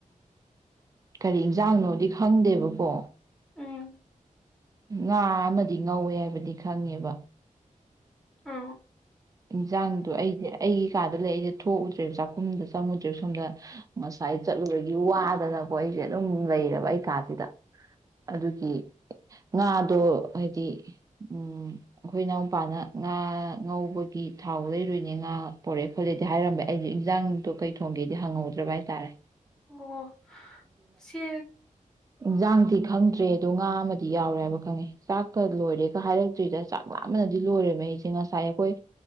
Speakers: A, on the right; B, in the centre.
A: ꯀꯔꯤ ꯑꯦꯟꯖꯥꯡꯅꯣꯗꯤ ꯈꯪꯗꯦꯕꯀꯣ
B: ꯎꯝ
A: ꯉꯥ ꯑꯃꯗꯤ ꯉꯧꯋꯦ ꯍꯥꯏꯕꯗꯤ ꯈꯪꯉꯦꯕ
B: ꯎ
A: ꯏꯟꯁꯥꯡꯗꯣ ꯑꯩꯁꯦ ꯑꯩꯒꯤ ꯀꯩ ꯀꯥꯗ ꯂꯩ ꯑꯩꯁꯦ ꯊꯣꯛꯎꯨꯗ꯭ꯔꯦꯕ ꯆꯥꯛꯈꯨꯝꯗ ꯆꯪꯉꯨꯗ꯭ꯔꯦꯕ ꯁꯣꯝꯗ ꯉꯁꯥꯏ ꯆꯠꯂꯨꯔꯒꯤ ꯋꯥꯗꯅꯀꯣ ꯑꯩꯁꯦ ꯑꯗꯨꯝ ꯂꯩꯦꯕ ꯑꯩ ꯀꯥꯁꯤꯗ ꯑꯗꯨꯒꯤ ꯉꯥꯗꯣ ꯍꯥꯏꯗꯤ ꯎꯝ ꯑꯩꯈꯣꯏ ꯏꯅꯥꯎꯄꯥꯅ ꯉꯥ ꯉꯧꯕ ꯒꯤ ꯊꯥꯎ ꯂꯩꯔꯣꯏꯅꯦ ꯉꯥ ꯄꯣꯔꯛꯦ ꯈꯣꯠꯂꯦꯗꯤ ꯍꯥꯏꯔꯝꯃꯦ ꯑꯩꯁꯨ ꯏꯟꯖꯥꯡ ꯗꯣ ꯀꯩ ꯊꯣꯡꯒꯦꯗꯤ ꯍꯪꯍꯧꯗ꯭ꯔꯕ ꯍꯥꯏꯇꯥꯔꯦ
B: ꯑꯣ ꯁꯤ
A: ꯏꯟꯁꯥꯡꯗꯤ ꯈꯪꯗ꯭ꯔꯦ ꯑꯗꯣ ꯉꯥ ꯑꯃꯗꯤ ꯌꯥꯎꯔꯦ ꯍꯥꯏꯕ ꯈꯪꯉꯦ ꯆꯥꯛꯀ ꯂꯣꯏꯔꯦꯒ ꯍꯥꯏꯔꯛꯇ꯭ꯔꯤꯗ ꯆꯥꯛ ꯃꯥꯃꯅꯗꯤ ꯂꯣꯏꯔꯦꯃꯦ ꯑꯩꯁꯦ ꯉꯁꯥꯏ ꯑꯩꯈꯣꯏ